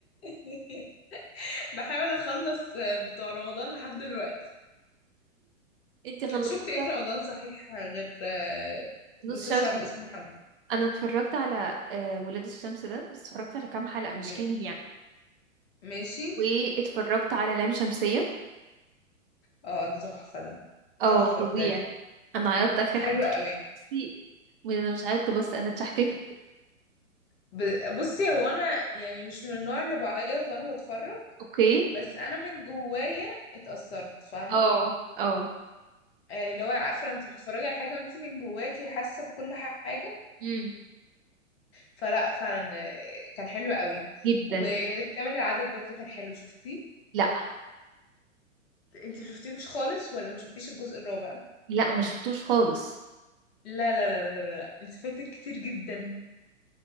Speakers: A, on the left; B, on the right.
A: <laughs> بحاول اخلص بتوع رمضان لحد دلوقتي
B: انتي خلصتيها
A: انت شفتي ايه في رمضان صحيح غير آه،
B: نص
A: نص
B: شمس
A: الشعب
B: وكده.
A: اسمه محمد
B: انا اتفرجت على آه، ولاد الشمس ده بس اتفرجت على كام حلقة
A: م-
B: مش كامل يعني
A: ماشي
B: واتفرجت على لام شمسية
A: اه ده تحفة ده
B: اه
A: تحفة
B: فظيع
A: بجد
B: انا عيطت اخر حلقة
A: حلو قوي
B: بصي انا مش عيطت بس انا اتشحتفت
A: ب- بصي هو انا يعني مش من النوع اللي بعيط وانا بتفرج
B: اوكي
A: بس انا من جوايا اتأثرت فاهمة
B: اه اه
A: يعني اللي هو عارفة لما تبقي بتتفرجي على حاجة وانت من جواكي حاسة بكل حاجة
B: امم
A: فلا فعلا آه، كان حلو قوي
B: جدا
A: وكامل العدد برضو كان حلو شفتيه
B: لا
A: انت مشفتيهوش خالص ولا مشفتيش الجزء الرابع
B: لا ما شفتوش خالص
A: لا لا لا لا, لا. انت فايتك كتير جدا